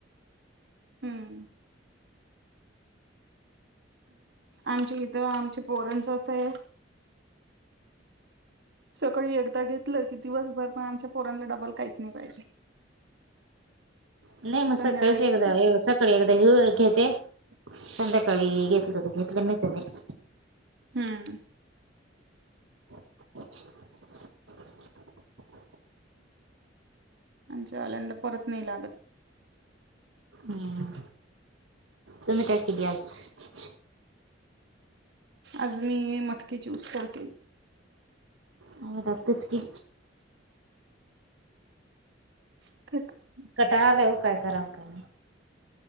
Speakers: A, on the right; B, on the right.
A: हम्म आमचे इथं आमचे पोरणचं असं आहे. सकाळी एकदा घेतलं की दिवसभर पण आमच्या, पोरांला डबल काहीच नाही पाहिजे.
B: नाही म
A: संध्याकाळी
B: सकाळीच एकदाले.
A: पण नाही
B: सकाळी एकदा घेते संध्याकाळी, घेतलंतर घेतलं नाही तर नाही.
A: हम्म.
B: <unintelligible>
A: आच्या आल्यांत परत नाही लागत.
B: हम्म तुम्ही काय केली आज
A: आज मी मटकेची उसर केली.
B: आ्ही ाकतेच की
A: <unintelligible>
B: कटाळा आलाय ओ काय करावं अनं कायं.